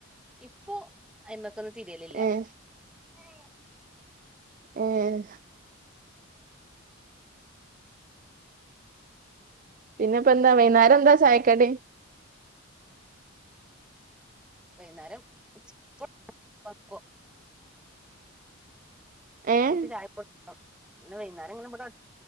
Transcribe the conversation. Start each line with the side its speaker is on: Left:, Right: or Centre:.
Centre: ഇപ്പൊ എബക്ക് ഒന്നും തിരെലില്ല
Right: ഏഹ്
Centre: <unintelligible>
Right: ഏഹ് പിന്നെ ഇപ്പ എന്താ വൈന്നേരം എന്താ ചായക്കടി
Centre: വൈന്നേരം പുട്ട് <unintelligible>
Right: ഏഹ്
Centre: കുട്ടി ചായ <unintelligible> വൈന്നേരം ഇങ്ങനെ വിടെ